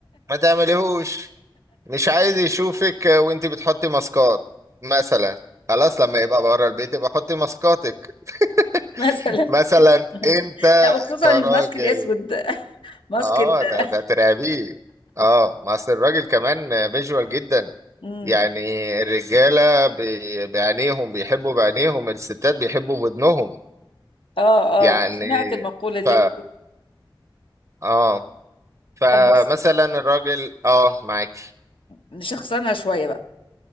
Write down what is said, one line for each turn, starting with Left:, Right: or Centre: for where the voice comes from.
Right: ما تعمليهوش مش عايز يشوفك وانت بتحطي ماسكات مثلا خلاص لما يبقى بره البيت يبقى حطي ماسكاتك
Left: مثلا
Right: <laughs> مثلا
Left: <laughs>
Right: انت
Left: لا وخصوصا
Right: كراجل
Left: الماسك الاسود <laughs> ماسك
Right: اه
Left: ال-
Right: ت- ت- ترعبيه اه ما اصل الراجل كمان فيجوال جدا
Left: امم
Right: يعني الرجاله بي- بعينيهم بيحبوا بعينيهم الستات بيحبوا بودنهم
Left: اه
Right: يعني
Left: اه سمعت المقوله دي
Right: ف
Left: قبل كده.
Right: اه فمثلا
Left: طب بص
Right: الراجل اه معاك
Left: نشخصنها شويه بقى